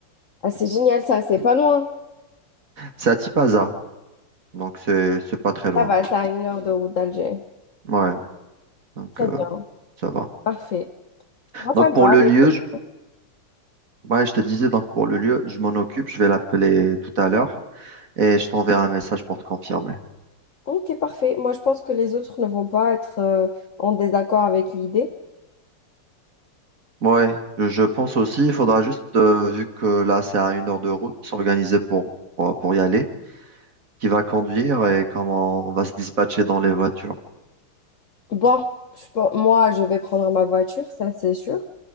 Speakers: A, on the left; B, on the right.
A: Ah, c'est génial, ça, c'est pas loin.
B: C'est à Tipaza, donc c'est, c'est pas très loin.
A: Ça va, ça a une heure de route d'Alger.
B: Ouais, donc
A: Très
B: euh,
A: bien,
B: ça va.
A: parfait. Moi, ça
B: Donc
A: me
B: pour
A: va,
B: le
A: les
B: lieu,
A: autres.
B: je- Ouais, je te disais donc pour le lieu, je m'en occupe, je vais l'appeler tout à l'heure et je t'enverrai un message pour te confirmer.
A: Ok, parfait. Moi, je pense que les autres ne vont pas être euh, en désaccord avec l'idée.
B: Ouais, je je pense aussi, il faudra juste, euh, vu que là c'est à une heure de route, s'organiser pour, pour, pour y aller, qui va conduire et comment on va se dispatcher dans les voitures.
A: Bon, je pen- moi, je vais prendre ma voiture, ça c'est sûr.